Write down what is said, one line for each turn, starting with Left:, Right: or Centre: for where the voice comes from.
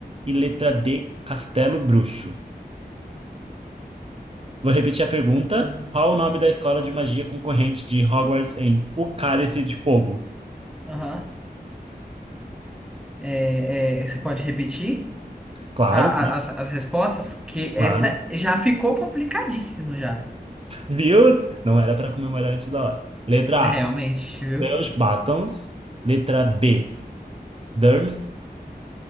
Right: E letra D, Castelo Bruxo. Vou repetir a pergunta. Qual o nome da escola de magia concorrente de Hogwarts em O Cálice de Fogo?
Centre: Aham. É, é, você pode repetir
Right: Claro,
Centre: a- a- as, as respostas? Que essa
Right: claro.
Centre: já ficou complicadíssimo já.
Right: Viu? Não era para comemorar antes da hora. Letra
Centre: Realmente,
Right: A,
Centre: viu?
Right: Bellebatons. Letra B, Durmstrang.